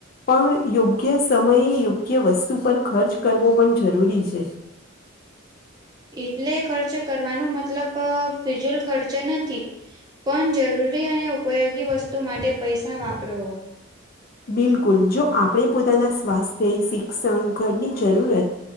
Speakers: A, on the left; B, on the right.
A: પણ યોગ્ય સમયે યોગ્ય વસ્તુ પર ખર્ચ કરવો પણ જરૂરી છે.
B: એટલે ખર્ચ કરવાનું મતલબ ફિજુલ ખર્ચ નથી. પણ જરૂરી અને ઉપયોગી વસ્તુ માટે પૈસા વાપરો.
A: બિલકુલ જો આપણે પોતાના સ્વાસ્થ્ય શિક્ષણ ઘરની જરૂરત.